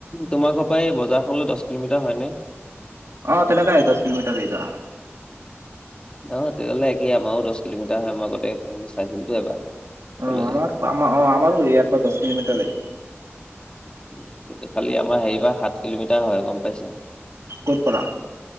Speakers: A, on the left; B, on the right.
A: তোমাৰ ঘৰ পা এই বজাৰখনলে দশ কিলোমিটাৰ হয় নে?
B: অ', তেনেকাই এ, দশ কিলোমিটাৰেই ধৰা
A: অ', তেতিয়াহ'লে একে আমাও দশ কিলোমিটাৰ হয়, মই আগতে <unintelligible> চাইছিলোটো এবা,
B: অ
A: কলেজত
B: আমাৰ অ', আমাৰো ইয়াৰ পৰা দশ কিলোমিটাৰেই
A: উম', কিন্তু খালি আমাৰ হেৰি পা সাত কিলোমিটাৰ হয়, গম পাইছা।
B: ক'ৰ পৰা?